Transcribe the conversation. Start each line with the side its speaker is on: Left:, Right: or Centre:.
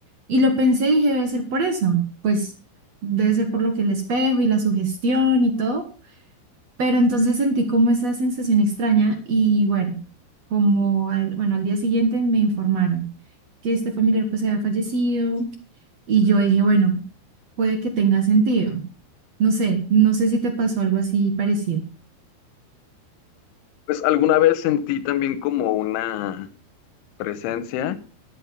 Right: Y lo pensé y dije, debe ser por eso, pues debe ser por lo que el espejo y la sugestión y todo. Pero entonces sentí como esa sensación extraña y bueno, como al, bueno, al día siguiente me informaron que este familiar pues había fallecido y yo dije, bueno, puede que tenga sentido. No sé, no sé si te pasó algo así parecido.
Left: Pues alguna vez sentí también como una presencia